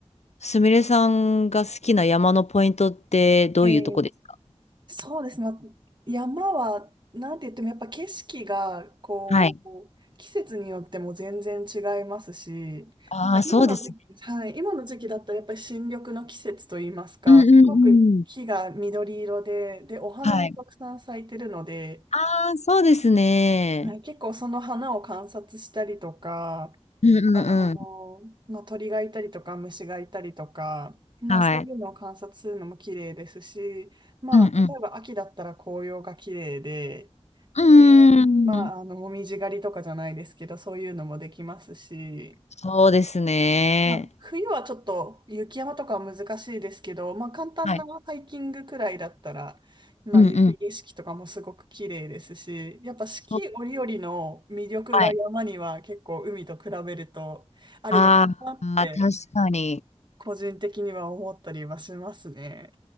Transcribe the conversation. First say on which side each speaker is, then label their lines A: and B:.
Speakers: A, on the left; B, on the right.
A: すみれさんが好きな山のポイントってどういうとこです
B: ええ。そうですね。まあ山は、なんて言ってもやっぱ景色が、こう、
A: はい。
B: 季節によっても全然違いますし、
A: ああ、
B: まあ、
A: そうですね。
B: 今の時期、はい、今の時期だったらやっぱり新緑の季節といいますか、
A: うんうん
B: すごく木が緑色で、
A: うん。
B: で、お花もたくさん咲いてるので、
A: はい。ああ、そうですね。
B: はい、結構その花を観察したりとか、
A: うんうんうん。
B: あの、まあ、鳥がいたりとか虫がいたりとか、まあ、
A: はい。
B: そういうのを観察するのも綺麗ですし、まあ、
A: うんう
B: 例えば秋だったら紅葉が綺麗で、
A: ん。
B: で、
A: うーん。
B: まあ、あの、もみじ狩りとかじゃないですけど、そういうのもできますし、
A: そうですね。
B: まあ、冬はちょっと雪山とかは難しいですけど、まあ簡単なハイキングくらいだったら、
A: はい。
B: まあ雪景色とかもすごく綺麗ですし、
A: うんうん。
B: やっぱ四季折々の魅力が山には結構海と比べるとあるのかなって
A: そう、はい。ああ、確かに。
B: 個人的には思ったりはしますね。